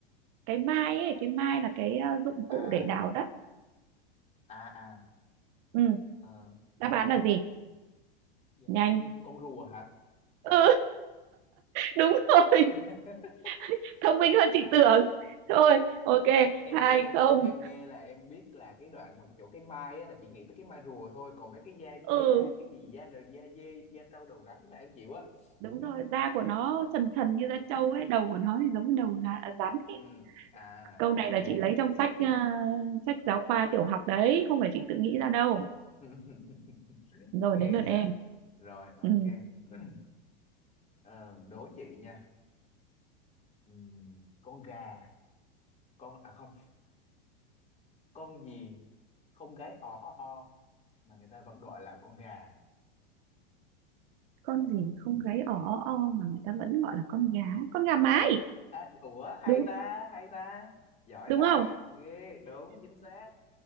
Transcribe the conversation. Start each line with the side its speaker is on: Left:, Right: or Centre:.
Right: cái mai ấy cái mai là cái ờ, dụng cụ
Left: à
Right: để đào đất
Left: à à
Right: ừ
Left: ờ,
Right: đáp án là gì
Left: dạ,
Right: nhanh
Left: con con rùa hả
Right: ừ <laughs> đúng rồi
Left: <laughs>
Right: <laughs> thông minh hơn chị tưởng thôi ok
Left: em
Right: hai
Left: nghe
Right: không
Left: em nghe là em biết là cái đoạn mà chỗ cái mai á là chị nghĩ tới cái mai rùa thôi còn mấy cái da da
Right: ừ
Left: cái gì da đầu da dê da trâu đầu rắn là em chịu á
Right: đúng
Left: <laughs>
Right: rồi da của nó sần sần như da trâu ấy đầu của nó thì giống như đầu gà- rắn ấy
Left: ừ à
Right: câu
Left: ok
Right: này là chị lấy trong sách ờ, sách giáo khoa tiểu học đấy không phải chị tự nghĩ ra đâu
Left: <laughs>
Right: rồi
Left: ghê
Right: đến lượt
Left: nha
Right: em
Left: rồi ok
Right: ừ.
Left: <clears throat> Ờ, đố chị nha Ừm, con gà con à không con gì không gáy o o o mà người ta vẫn gọi là con gà
Right: con gì không gáy ỏ o mà người ta vẫn gọi là con gá con gà
Left: đúng
Right: mái
Left: à, ủa hay
Right: đúng
Left: ta hay ta giỏi
Right: đúng
Left: ta
Right: không
Left: ghê đúng chính xác